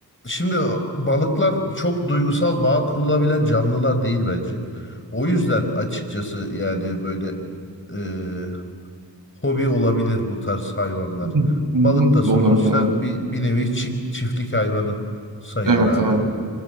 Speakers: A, on the left; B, on the right.
A: şimdi balıklar çok duygusal bağ kurulabilen canlılar değil bence. O yüzden açıkçası yani böyle e, hobi olabilir bu tarz hayvanlar.
B: Hı hı.
A: Balık da sonuçta
B: Olabilir abi.
A: bir, bir nevi çi- çiftlik hayvanı sayılır
B: Evet
A: abi.
B: abi.